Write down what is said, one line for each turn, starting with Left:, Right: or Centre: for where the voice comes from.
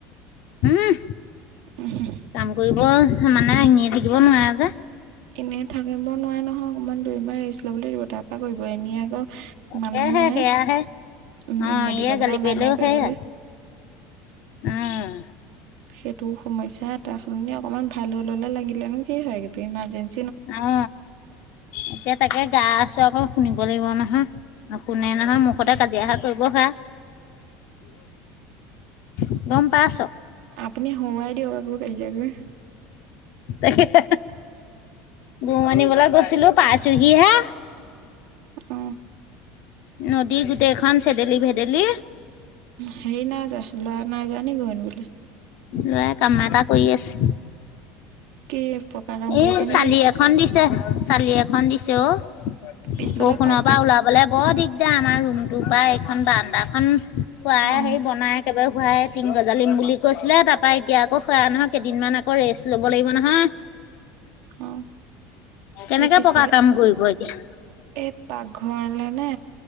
Left: উহ
Right: নে
Left: কাম কৰিব মানে এনেই থাকিব নোৱাৰে যে
Right: এনেই থাকিব নোৱাৰে নহয়, অকনমান দুদিনমান ৰেষ্ট লবলৈ দিব তাৰ পা কৰিব। এনে আকৌ
Left: তাকেহে
Right: মানুহো নাই।
Left: সেয়াহে
Right: উ
Left: অ
Right: মেডিকেললে
Left: ইয়ে গালি
Right: অনা
Left: পাৰিলেও
Right: নিয়া কৰিবলে।
Left: সেয়া উম।
Right: সেইটো সমস্যা এটা হ'ল নে? অকনমান ভাল হৈ ললে লাগিলেনো কি হয় ইমাৰজেঞ্চি
Left: অ এতিয়া তাকে গা চোৱা শুন লাগিব নহয়। নশুনে নহয় মুখতে কাজিয়াহে কৰিব হে। <unintelligible> গম পাইছ?
Right: আপুনি হৰুৱাই দিয়ক আকৌ কাজিয়া কৰি
Left: <unintelligible> গুৰ আনিবলৈ গৈছিলো পাইছোহিহে।
Right: অ
Left: নদী গোটেইখন চেদেলি ভেদেলি।
Right: সেইৰি নাইযোৱা লৰা নাই যোৱা নেকি গৰু আনিবোলে?
Left: লৰাই কাম এটা কৰি আছে।
Right: কি পকা কাম কৰিছে
Left: এ
Right: নেকি
Left: চালি এখন দিছে চালি এখন দিছে অঁ।
Right: পিছফালৰ
Left: বৰষুণৰ
Right: পাকঘৰত
Left: পৰা ওলাবলে বৰ দিগদাৰ আমাৰ ৰুমটো পৰা এই খন বাৰাণ্ডাখন খুৱাই
Right: অ
Left: হেৰি বনাই একেবাৰে বুঢ়াই টিং গজালিম বুলি কৈছিলে, তাৰ পৰা এতিয়া আকৌ সেয়া নহয় কেইদিনমান আক ৰেষ্ট ল'ব লাগিব নহয়।
Right: অ
Left: কেনেকে
Right: এই পিছফালে
Left: পকা কাম কৰিব এতিয়া।
Right: এই পাকঘৰলে নে?